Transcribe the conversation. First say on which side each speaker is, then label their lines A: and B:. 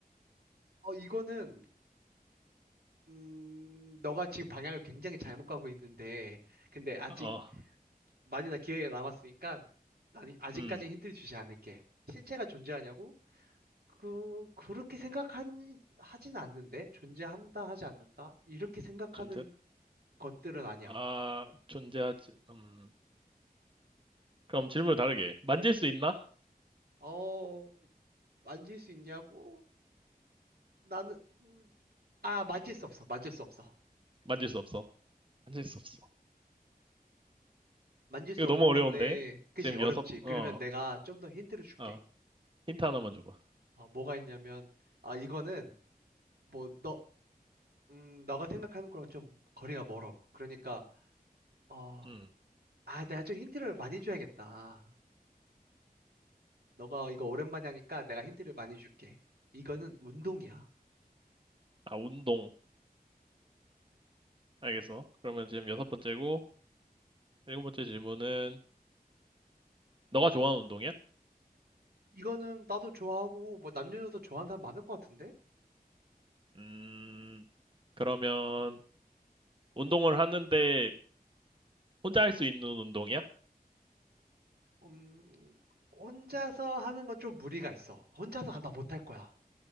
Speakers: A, on the right; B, on the right.
A: 어, 이거는, 음, 너가 지금 방향을 굉장히 잘못 가고 있는데, 근데 아직
B: 어,
A: 많이나 기회가 남았으니까, 난 아직까지
B: 음,
A: 힌트를 주지 않을게. 실체가 존재하냐고? 그, 그렇게 생각한, 하진 않는데? 존재한다, 하지 않는다? 이렇게 생각하는
B: 존재.
A: 것들은 아니야.
B: 아, 존재하지. 음. 그럼 질문을 다르게. 만질 수 있나?
A: 어, 만질 수 있냐고? 나는, 음, 아, 만질 수 없어. 만질 수 없어.
B: 만질 수 없어. 만질
A: 음.
B: 수 없어.
A: 만질 수
B: 이거
A: 없는
B: 너무 어려운데?
A: 건데, 그지?
B: 지금
A: 어렵지.
B: 여섯, 어,
A: 그러면 내가 좀 더 힌트를 줄게.
B: 어. 힌트 하나만 줘봐.
A: 아, 뭐가 있냐면, 아, 이거는, 뭐, 너, 음, 너가 생각하는 거랑 좀 거리가 멀어. 그러니까, 어,
B: 음.
A: 아, 내가 좀 힌트를 많이 줘야겠다. 너가 이거 오랜만에 하니까 내가 힌트를 많이 줄게. 이거는 운동이야.
B: 아, 운동. 알겠어. 그러면 지금 여섯 번째고, 일곱 번째
A: 음.
B: 질문은, 너가 좋아하는 운동이야?
A: 이거는 나도 좋아하고, 뭐, 남녀노소 좋아하는 사람 많을 것 같은데?
B: 음, 그러면, 운동을 하는데, 혼자 할 수 있는 운동이야?
A: 음, 혼자서 하는 건 좀 무리가 있어. 혼자서 아마 못할 거야.